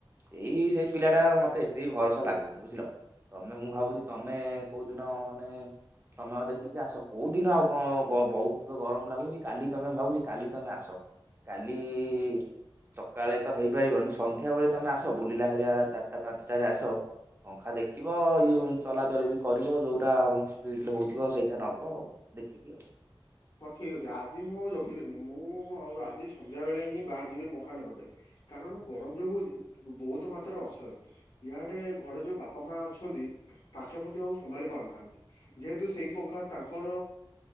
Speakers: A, on the right (about 25°); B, on the left (about 70°).
A: ସେଇ ସେଇ ପିଲା ଟା ମତେ ଏତେ ବି ଭରସା ଲାଗୁନି ବୁଝିଲ। ତମେ ମୁଁ ଭାବୁଛି ତମେ କୋଉଦିନ ମାନେ ସମୟ ଦେଖିକି ଆସ କୋଉ ଦିନ ଆଉ କଣ ବହୁତ ତ ଗରମ ଲାଗୁଚି କାଲି ତମେ ମୁଁ ଭାବୁଛି କାଲି ତମେ ଆସ। କାଲି ଇ ସକାଳେ ତ ହେଇପାରିବନି ସନ୍ଧ୍ୟାବେଳେ ତମେ ଆସ ବୁଲିଲା ଭଳିଆ ଚାରିଟା ପାଞ୍ଚଟାରେ ଆସ ପଙ୍ଖା ଦେଖିବ ଇୟୁ ଚଲାଚଲି ବି କରିବ ଯୋଉଟା ସ୍ପିଡ ହଉଥିବ ସେଇଟା ନେବ ଆଉ। ଦେଖିକି ଆଉ।
B: ହଁ ଠିକ୍ ଅଛି ଆଜି ମୁଁ ଆଉ ଜଗିବିନି ମୁଁ ଆଉ ଆଜି ସନ୍ଧ୍ୟା ବେଳେ ହିଁ ବାହାର୍ଯିବି ପଙ୍ଖା ନେବା ପାଇଁ। କାରଣ ଗରମ ଯୋଉ ହଉଚି ବହୁତ ମାତ୍ରାରେ ଅସହ୍ୟ। ଯାହା ଟିକେ ଘରେ ଯୋଉ ବାପା ମା ଅଛନ୍ତି ତାଙ୍କେ ମଧ୍ୟ ଆଉ ସମ୍ଭାଳି ପାରୁନାହାନ୍ତି। ଯେହେତୁ ସେଇ ପଙ୍ଖା ତାଙ୍କର